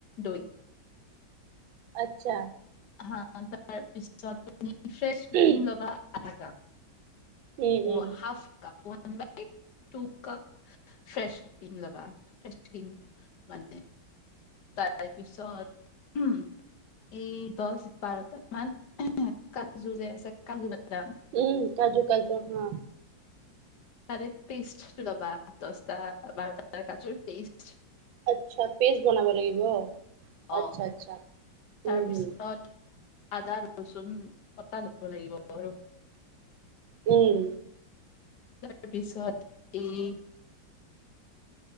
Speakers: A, on the left; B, on the right.
A: দৈ
B: আত্ছা
A: হা তাৰপিছত তুমি ফ্ৰেছ ক্ৰীম
B: উম
A: ল'বা। আধা cup.
B: Um
A: half cup one by two cup fresh cream ল'বা। ফ্ৰেছ ক্ৰীম মানে তাৰপিছত উম এই দহ বাৰটা মান কাজু যে আছে কাজু বাদাম
B: উম কাজু কাজু হা
A: তাৰে পেষ্ট ল'বা। দচটা বাৰটাটা কাজুৰ পেষ্ট
B: আচ্ছা পেষ্ট বনাব লাগিব আচ্ছা
A: অ,
B: আচ্ছা
A: তাৰ
B: উম
A: পিছত
B: হম
A: আদা ৰচুন কটা ল'ব লাগিব আৰু
B: উম
A: তাৰ পিছত এই